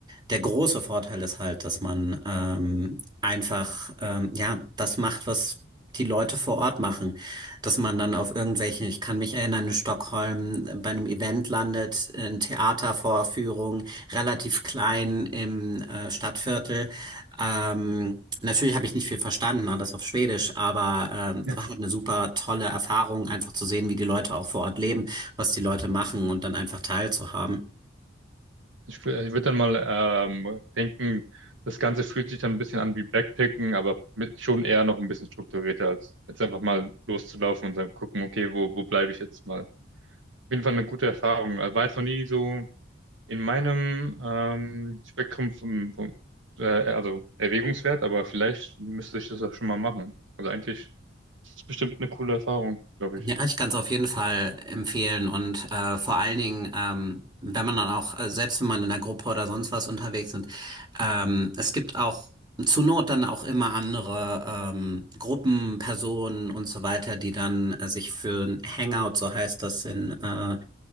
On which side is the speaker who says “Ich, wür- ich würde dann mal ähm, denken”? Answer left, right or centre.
Right